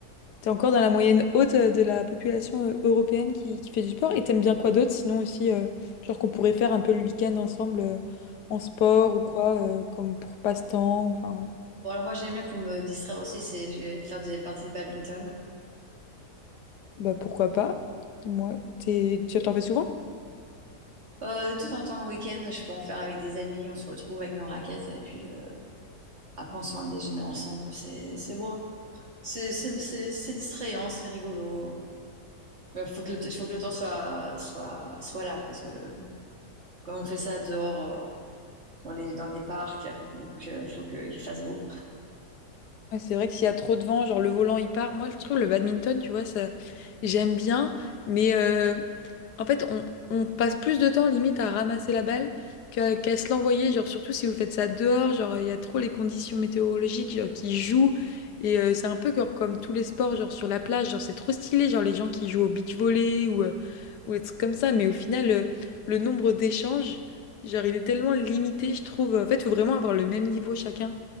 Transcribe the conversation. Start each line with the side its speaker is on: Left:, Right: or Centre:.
Left: T'es encore dans la moyenne haute euh, de la population euh, européenne qui, qui fait du sport. Et t'aimes bien quoi d'autre? Sinon aussi, euh, genre qu'on pourrait faire un peu le week-end ensemble euh, en sport ou quoi, euh, comme pour passe-temps. Enfin,
Right: Bon, alors moi, j'aime bien pour me distraire aussi, c'est je vais faire des parties de badminton.
Left: bah pourquoi pas? Dis-moi, t'es, tu t'en fais souvent?
Right: Euh, de temps en temps, le week-end, je peux en faire avec des amis, on se retrouve avec nos raquettes, et puis euh, après, on se fait un déjeuner ensemble, c'est c'est beau. C'est c'est- c'est- c'est distrayant, c'est rigolo. Il faut que le, t- faut que le temps soit, soit, soit là, parce que comme on fait ça dehors, euh, dans les, dans les parcs. Donc, il faut qu'il fasse beau.
Left: Ouais, c'est vrai que s'il y a trop de vent, genre le volant il part. Moi, je trouve le badminton, tu vois, ça j'aime bien, mais euh, en fait, on, on passe plus de temps limite à ramasser la balle qu'à qu'à se l'envoyer. Genre, surtout si vous faites ça dehors, genre il y a trop les conditions météorologiques genre, qui jouent. Et euh, c'est un peu genre comme tous les sports, genre sur la plage, genre c'est trop stylé, genre les gens qui jouent au beach volley ou, euh, ou des trucs comme ça. Mais au final, euh, le nombre d'échanges, genre il est tellement limité, je trouve. En fait, il faut vraiment avoir le même niveau chacun